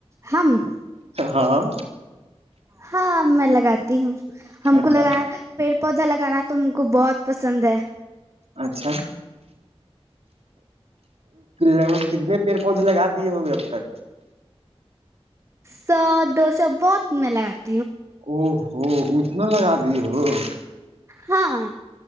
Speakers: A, on the right; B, on the right.
A: ہم
B: ہاں
A: ہاں میں لگاتی ہوں ہم
B: اچھا
A: کو لگانا پیڑ پودا لگانا تم کو بہت پسند ہے
B: اچھا لگ بھگ کتنے پیڑ کون سے لگاتی ہے ہو بھی اب تک
A: سو دو سو بہت میلاگتا
B: او ہو اتنا لگا د <unintelligible>
A: ہاں